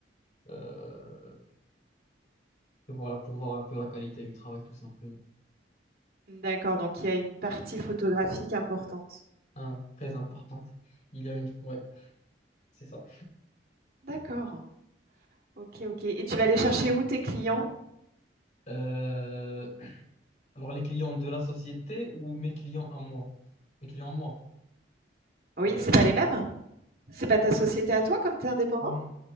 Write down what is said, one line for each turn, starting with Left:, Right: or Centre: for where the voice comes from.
Left: euh, et voilà, pour voir un peu la qualité du travail tout simplement.
Right: D'accord. Donc, il y a une partie photographique importante.
Left: Un, très importante. Il y a une. Ouais, c'est ça.
Right: D'accord. Ok, ok. Et tu vas aller chercher où tes clients?
Left: Euh, Alors, les clients de la société ou mes clients à moi? Mes clients à moi.
Right: Oui,
Left: Euh,
Right: c'est pas les mêmes? C'est pas ta société à toi comme tu es indépendant?
Left: hmm.